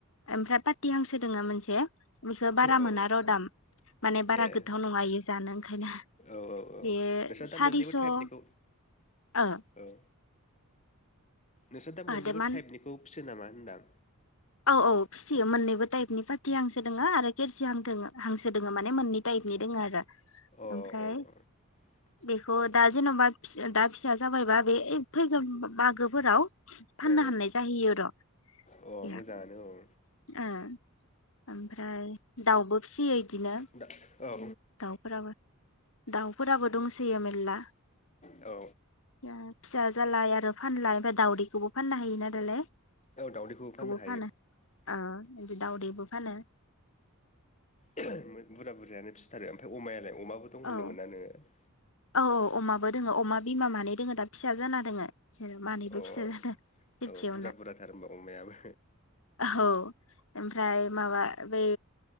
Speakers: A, on the left; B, on the left.
A: ओमफ्राय पाटिहांसो दोंङो मोनसे बेखो बारा
B: औ
A: मोन र दाम माने बारा
B: ए
A: गोथाव नङा इयो जानो ओंखायनो
B: औ औ
A: बेयो
B: नोंस्रा दा
A: सारिस'
B: मोननैबो टाइपनिखौ
A: ओ ओ
B: औ नोंसोर दा मोननैबो
A: देमान
B: टाइपनिखौ फिसियो नामा होनदां
A: औ औ फिसियो मोननैबो टाइपनि पाटि हांसो दोंङो आरो खिरसि हां द हांसो दोङो माने मोननै टाइपनि दोंङो आरो
B: अ औ
A: ओमफ्राय
B: औ
A: बेखौ दा जेनबा दा फिसा जाबायबा बे ए फैगोन मागोफोराव फाननो
B: औ
A: हाननाय जाहैयो र
B: औ अ मोजाङानो
A: ओं
B: औ
A: ओमफ्राय दाउबो फिसियो बिदिनो
B: दा औ
A: दाउफोराबो दाउफोराबो दंसोयो मेल्ला <inaudible>
B: औ
A: फिसा जालाय आरो फानलाय ओमफाय दाउदैखौबो फाननो हायोना दालाय
B: औ दाउदैखौबो फाननो
A: फानो
B: हा
A: दावदैबो फानो। फानो।
B: <unintelligible> बुरजा बुरजायानो फिथारो ओमफाय अमायालाय अमाबो दं होनदोंमोनना
A: औ
B: नोङो?
A: औ अमाबो दोङो अमा बिमा मानै दोङो दा फिसा जाना दोङो। बिसोरो मानैबो
B: अ
A: फिसा जादों खेबसेयावनो
B: औ बुरजा बुरजाथार होनबा अमायाबो?
A: औ ओमफ्राय माबा बेै